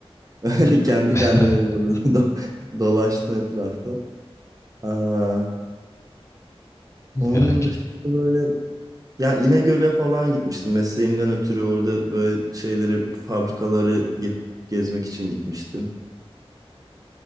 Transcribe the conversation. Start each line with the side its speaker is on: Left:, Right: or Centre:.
Right: <laughs> Hani kendi
Left: <laughs>
Right: kendine biraz böyle do- dolaştı etrafta. Aa, onun
Left: Ya ki.
Right: dışında böyle ya İnegöl'e falan gitmiştim. Mesleğimden ötürü orada böyle şeyleri, fabrikaları ge- gezmek için gitmiştim.